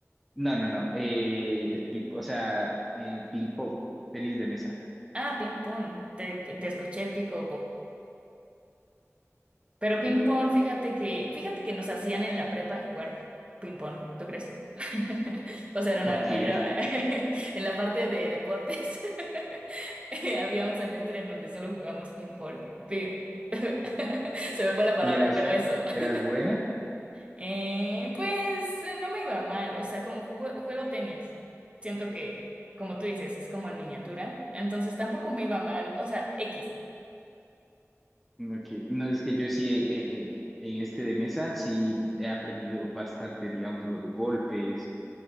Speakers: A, in the centre; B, on the right.
A: No, no, no, eh, el ping, o sea, eh, ping-pong, tenis de mesa.
B: Ah, ping pong, te, te escuché pico Pero ping
A: No.
B: pong, fíjate que, fíjate que nos hacían en la prepa jugar ping pong, ¿tú crees? <laughs> O sea, era
A: ¿Por
B: una,
A: qué?
B: era- <laughs> en la parte de deportes <laughs> eh, había un semestre en donde solo jugamos ping pong. Pi- <laughs> Se me fue la palabra,
A: ¿Y eras,
B: pero eso. <laughs>
A: eras buena?
B: Eh, pues eh, no me iba mal, o sea, como jugo- juego tenis, siento que, como tú dices, es como en miniatura, entonces tampoco me iba mal, o sea, X.
A: Ok, No, es que yo sí, eh, eh, eh, en este de mesa, sí he aprendido bastante, digamos, los golpes,